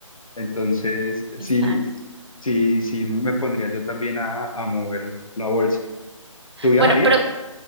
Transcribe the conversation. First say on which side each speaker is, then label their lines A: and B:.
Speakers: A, on the left (about 85°); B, on the right (about 50°).
A: Entonces,
B: exacto.
A: sí, sí, sí, me pondría yo también a, a mover la bolsa. ¿Tú viajarías?
B: Bueno, pero